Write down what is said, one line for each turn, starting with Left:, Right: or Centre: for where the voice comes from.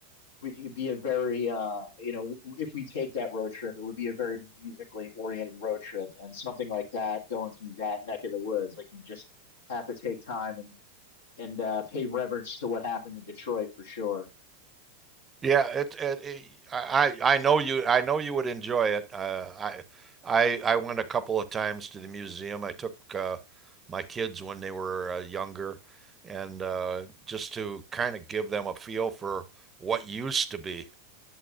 Left: we, it'd be a very uh, you know, if we take that road trip, it would be a very musically oriented road trip and something like that going through that neck of the woods, like you just have to take time and and uh, pay reverence to what happened in Detroit for sure.
Right: Yeah, it, it, it I I know you I know you would enjoy it. Uh, I I I went a couple of times to the museum. I took uh, my kids when they were uh, younger, and uh, just to kind of give them a feel for what used to be.